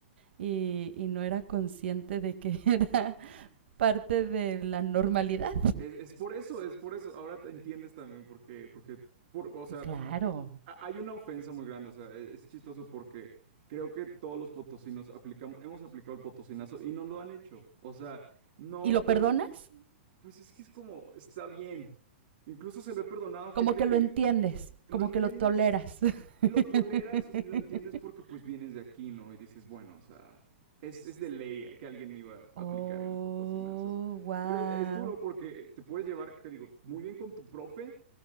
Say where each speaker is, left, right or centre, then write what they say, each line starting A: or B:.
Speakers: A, on the right (about 70°); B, on the right (about 50°).
A: y, y no era consciente de que <laughs> era parte de la normalidad.
B: Es, es por eso, es por eso. Ahora te entiendes también porque, porque, por, qué- por- o sea,
A: Claro.
B: a- Hay una ofensa muy grande, o sea, e- es chistoso porque creo que todos los potosinos aplicamos, hemos aplicado el potosinazo y no lo han hecho. O sea, no
A: ¿Y lo
B: creo,
A: perdonas?
B: pues es que es como, está bien. Incluso se lo he perdonado a gente
A: Como que
B: que
A: lo entiendes,
B: lo
A: como
B: entiendes
A: que lo toleras. <laughs>
B: y lo toleras y lo entiendes porque pues vienes de aquí, ¿no? Y dices, bueno, o sea, es, es de ley que alguien me iba a
A: oh,
B: aplicar el potosinazo.
A: wow.
B: Pero es, es duro porque te puedes llevar, te digo, muy bien con tu profe.